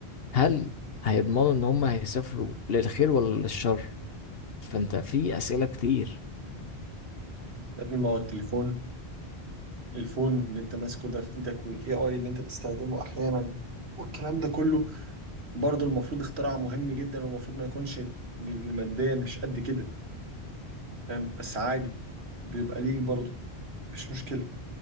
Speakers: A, on the left; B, on the right.
A: هل هيضمنوا ان هم هيسافروا للخير ولا للشر فانت في اسئلة كتير
B: يا ابني ما هو التليفون الفون اللي انت ماسكه ده في ايدك والاي اي اللي انت بتستخدمه احيانا والكلام ده كله برضه المفروض اختراع مهم جدا والمفروض ما يكونش اللي ماديا مش قد كده فاهم بس عادي بيبقى ليك برضه مفيش مشكلة